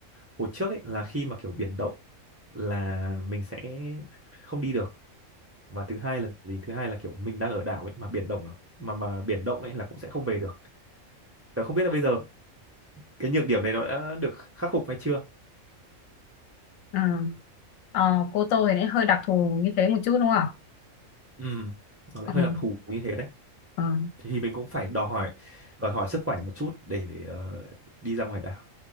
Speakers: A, on the right (about 20°); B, on the left (about 80°).
A: hồi trước ấy là khi mà kiểu biển động là mình sẽ không đi được và thứ hai là gì thứ hai là kiểu mình đang ở đảo ấy mà biển động là- mà mà biển động ấy là cũng sẽ không về được tớ không biết là bây giờ cái nhược điểm này nó đã được khắc phục hay chưa
B: ừ. ờ, Cô Tô thì nó hơi đặc thù như thế một chút đúng không
A: ừ nó lại
B: ừ.
A: hơi đặc thù như thế đấy
B: Ừ.
A: thì mình cũng phải đòi hỏi đòi hỏi sức khỏe một chút để ờ, đi ra ngoài đảo